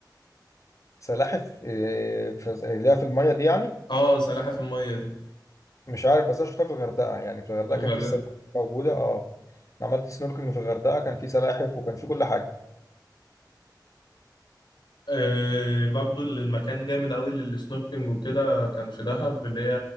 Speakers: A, on the left (about 45°); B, on the left (about 75°).
A: سلاحف آه، في- اللي هي في الميه دي يعني
B: اه سلاحف المية دي
A: مش عارف بس انا شفتها في الغردقه يعني في الغردقه
B: الغردقة
A: كان في سلاحف موجوده اه أنا عملت سنوركلينج في الغردقه كان في سلاحف وكان في كل حاجه
B: آه برضه اللي المكان جامد أوي للسنوركينج وكده كان في دهب اللي هي